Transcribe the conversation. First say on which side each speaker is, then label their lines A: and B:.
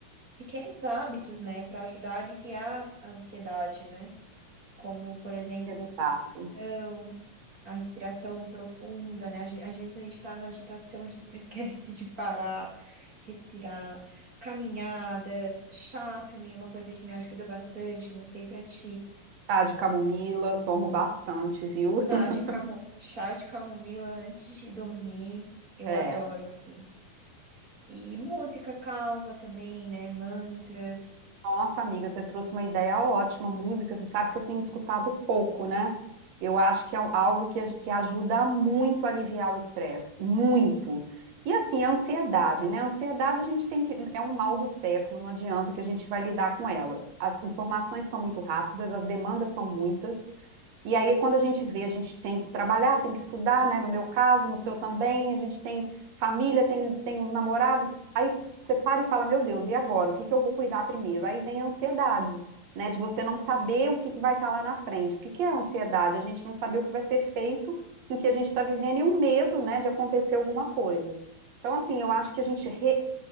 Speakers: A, on the right; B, on the right.
A: pequenos hábitos, né, para ajudar a aliviar a ansiedade, né? Como, por exemplo,
B: Exato.
A: respiração, a respiração profunda, né? Às ge- às vezes a gente está na agitação, a gente se <laughs> esquece de parar, respirar, caminhadas, chá também é uma coisa que me ajuda bastante, não sei para ti.
B: Chá de camomila, tomo bastante, viu?
A: Chá
B: <laughs>
A: de camo... Chá de camomila antes de dormir, eu
B: É.
A: adoro, assim. E música calma também, né? Mantras.
B: Nossa, amiga, você trouxe uma ideia ótima. Música, você sabe que eu tenho escutado pouco, né? Eu acho que é um, algo que, que ajuda muito a aliviar o estresse, muito. E assim, a ansiedade, né? A ansiedade a gente tem que. É um mal do século, não adianta que a gente vai lidar com ela. As informações estão muito rápidas, as demandas são muitas. E aí, quando a gente vê, a gente tem que trabalhar, tem que estudar, né? No meu caso, no seu também, a gente tem família, tem, tem um namorado. Aí você para e fala, meu Deus, e agora? O que que eu vou cuidar primeiro? Aí vem a ansiedade, né? De você não saber
A: Sim,
B: o que que vai estar lá na frente. O que que é a ansiedade? A gente não saber o que vai ser feito com o que a gente está vivendo e o medo, né, de acontecer alguma coisa. Então, assim, eu acho que a gente re-